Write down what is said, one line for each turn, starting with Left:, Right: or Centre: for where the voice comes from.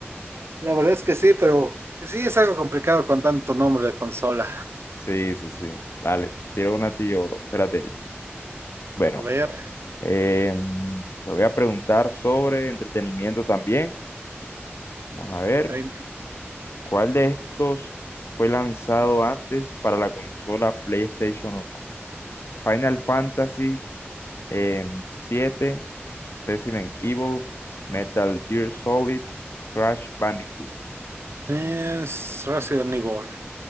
Right: La verdad es que sí, pero sí es algo complicado con tanto nombre de consola.
Left: Sí, sí, sí, dale, tiro una a ti, yo, bro, espérate ahí. Bueno,
Right: A ver,
Left: em, te voy a preguntar sobre entretenimiento también. Vamos a ver,
Right: ahí
Left: ¿cuál de estos fue lanzado antes para la consola PlayStation uno Final Fantasy em, siete Resident Evil, Metal Gear Solid, Crash Bandicoot.
Right: Es Resident Evil.